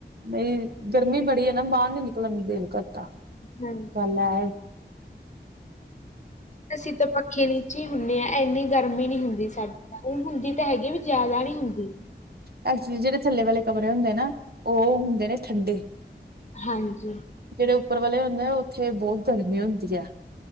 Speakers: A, on the right; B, on the left.
A: ਨਈ, ਗਰਮੀ ਬੜੀ ਏ ਨਾ, ਬਾਰ ਨੀ ਨਿਕਲਣ ਨੂੰ ਦਿਲ ਕਰਦਾ।
B: ਹਾਂ
A: ਗੱਲ ਐ ਏ।
B: ਅਸੀਂ ਤਾਂ ਪੱਖੇ ਨੀਚੇ ਹੁੰਨੇ ਆਂ, ਏਨੀ ਗਰਮੀ ਨੀ ਹੁੰਦੀ ਸਾਡੇ ਤਾਂ, ਓ ਹੁੰਦੀ ਤਾਂ ਹੈਗੀ ਵੀ, ਜਾਦਾ ਨੀ ਹੁੰਦੀ।
A: ਐਕਚਲੀ ਜੇੜੇ ਥੱਲੇ ਵਲੇ ਕਮਰੇ ਹੁੰਦੇ ਨਾ, ਓ ਹੁੰਦੇ ਨੇ ਠੰਡੇ।
B: ਹਾਂਜੀ।
A: ਜੇੜੇ ਉੱਪਰ ਵਾਲੇ ਹੁੰਦੇ ਆ, ਓਥੇ ਬੋਤ ਗਰਮੀ ਹੁੰਦੀ ਆ।